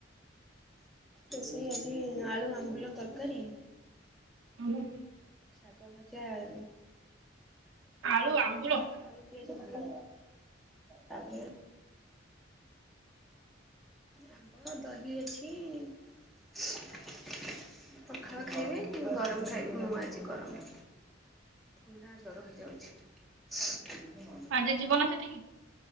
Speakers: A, in the centre; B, on the right.
A: ରୋଷେଇ ଆଜି ଆଳୁ ଆମ୍ବୁଲ ତରକାରୀ
B: ଆଉ
A: ଶାଗ ଭଜା ଆଉ
B: ଆଳୁ
A: ସୁନସୁନିଆ
B: ଆମ୍ବୁଳ
A: ଶାଗ ଆଳୁ ପିଆଜ ଭଜା ତାପରେ ଆମ୍ବ, ଦହି ଅଛି ପଖାଳ ଖାଇବେ କି, ଗରମ ଖାଇବି ମୁଁ ଆଜି ଗରମ ଥଣ୍ଡା, ଜର ହେଇଯାଉଚି।
B: ଆଜି ଯିବନା ସେଠିକି?